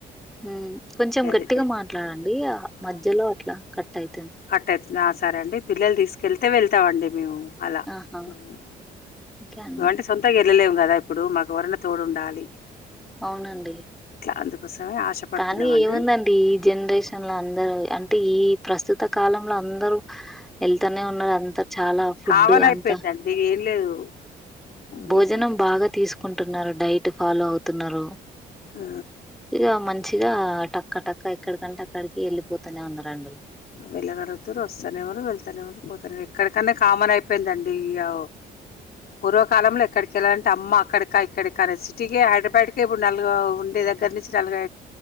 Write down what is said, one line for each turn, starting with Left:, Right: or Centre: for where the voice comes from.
Centre: హ్మ్ కొంచెం
Left: అదే
Centre: గట్టిగా మాట్లాడండి ఆ మధ్యలో అట్లా కట్ అయిత్
Left: అట్ట అయితుందా సరే అండి పిల్లలు తీసుకెళ్తే వెళ్తామండి మేము అలా
Centre: ఆహా
Left: హ్మ్
Centre: ఓకే అండి
Left: అంటే స్క్ సొంతంగా వెళ్ళలేము కదా ఇప్పుడు మాకు ఎవరన తోడుండాలి
Centre: అవునండి
Left: అందుకోసమే ఆశపడుతున్నామండి
Centre: కానీ ఏముందండి ఈ జనరేషన్ లో అందరుూ అంటే ఈ ప్రస్తుత కాలంలో అందరూ వెళ్తానే ఉన్నారు అంతా చాలా ఫుడ్
Left: కామన్ అయిపోయిందండి
Centre: అంతా
Left: ఏం లేదు
Centre: భోజనం
Left: రీసెంట్
Centre: బాగా తీస్కుంటున్నారు డైట్ ఫాలో అవుతున్నారు
Left: ఆ
Centre: ఇక మంచిగా టక్క టక్క ఎక్కడికంట అక్కడికి వెళ్ళిపోతూనే ఉండారండి
Left: వెళ్గగుతురు వస్తానే ఎవరు వెళ్తానే ఎవరు పోతను ఎక్కడికన్నా కామన్ అయిపోయిందండి ఈయో పూర్వకాలంలో ఎక్కడికేళ్ళాలంటే అమ్మ అక్కడికా ఇక్కకా సిటీకి హైదరాబాద్కి ఇప్పుడు నలుగు ఉండే దగ్గర నుంచి నల్గ